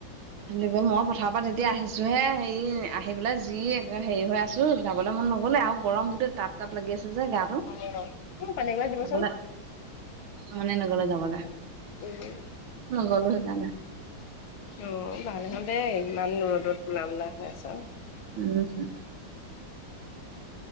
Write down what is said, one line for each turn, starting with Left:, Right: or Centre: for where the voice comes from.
Right: সিহঁতে গ'ল ময়ো পথাৰৰ পৰা তেতিয়া আহিছোহে হেৰি আহি পেলাই যি একে হেৰি হৈ আছো যাবলৈ মন নগ'লে আৰু গৰম গোটেই টাপ টাপ লাগি আছে যে গাটো
Left: অ মোক পানী এগিলাচ দিবচোন
Right: যাবলে সেইকাৰণে মনে নগলে যাবলে
Left: উম
Right: নগলো সেইকাৰণে
Left: অহ ভালে হ'ল দে ইমান ৰ'দত কলামলা হৈ আছ
Right: উম হুম